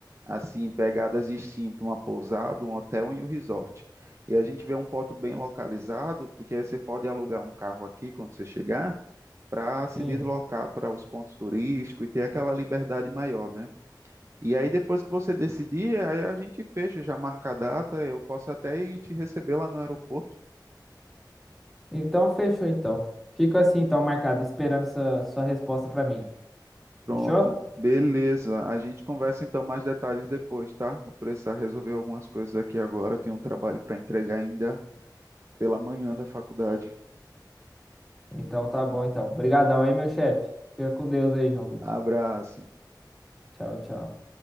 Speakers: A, on the right (about 35°); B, in the centre.
A: assim pegadas distintas, uma pousada, um hotel e um resort. E a gente vê um ponto bem localizado, porque aí você pode alugar um carro aqui quando você chegar, para se
B: Sim.
A: deslocar para os pontos turísticos e ter aquela liberdade maior, né? E aí depois que você decidir, aí a gente fecha, já marca a data, eu posso até ir te receber lá no aeroporto.
B: Então, fechou, então. Fico assim, então, marcado, esperando sua, sua resposta pra mim.
A: Pronto,
B: Fechou?
A: beleza. A gente conversa então mais detalhes depois, tá? Vou precisar resolver algumas coisas aqui agora. Tenho um trabalho para entregar ainda pela manhã da faculdade.
B: Então tá bom, então. Obrigadão, hein, meu chefe? Fica com Deus aí, João Vitor.
A: Abraço.
B: Tchau, tchau.